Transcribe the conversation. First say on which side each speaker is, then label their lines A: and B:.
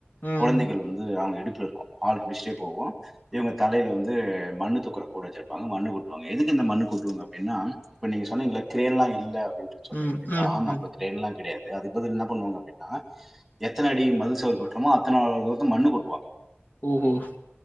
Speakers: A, on the left (about 50°); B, in the centre.
A: ம்,
B: கொழந்தைகள் வந்து அவுங்க இடுப்புல இருக்கும் பால் குடிச்சிட்டே போவு இவுங்க தலையில வந்து மண்ணு தூக்குற கூட வச்சுருப்பாங்க மண்ணு கொட்டுவாங்க எதுக்கு இந்த மண்ணு கொட்டுவாங்க அப்டின்னா இப்ப நீங்க சொன்னீங்கல க்ரேன்லா இல்ல அப்டின்ட்டு சொல்றீங்க
A: ம்,
B: இல்லைங்களா
A: ம்,
B: ஆமா
A: ம்.
B: அப்ப க்ரேன்லாம் கிடையாது அதுக் பதில் என்ன பண்ணுவாங்க அப்டின்னா எத்தன அடி மதுல் சுவர் கட்றோமோ அத்தன அளவுக்கு வந்து மண்ணு கொட்டுவாங்க
A: ம் ஹீம்